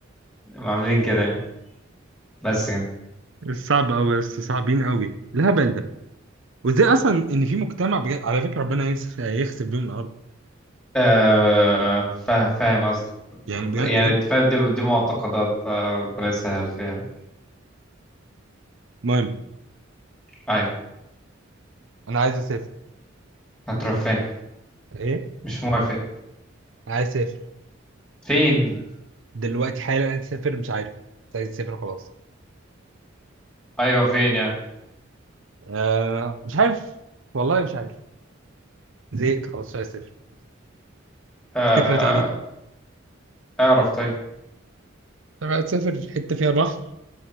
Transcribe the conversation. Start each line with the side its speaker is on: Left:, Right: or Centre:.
Centre: عاملين كده يعني. بس كده
Right: صعب قوي بس صعبين قوي الهبل ده وازاي اصلا ان في مجتمع بجد على فكره ربنا يس- يخسف بيهم الارض
Centre: آه فاهم فاهم قصدك
Right: يعني بجد
Centre: يعني
Right: بجد
Centre: فاهم دي, دي معتقدات آه، ربنا يسهل فيها
Right: المهم
Centre: ايوه
Right: انا عايز اسافر
Centre: هتروح فين
Right: ايه
Centre: مش موافق
Right: عايز اسافر
Centre: فين
Right: دلوقتي حالا عايز اسافر مش عارف مش عايز اسافر خلاص
Centre: ايوه فين يعني
Right: آه مش عارف والله مش عارف زهقت خلاص مش عايز اسافر
Centre: آه
Right: الفكره تعبتني
Centre: اعرف طيب
Right: طب عايز اسافر حته فيها بحر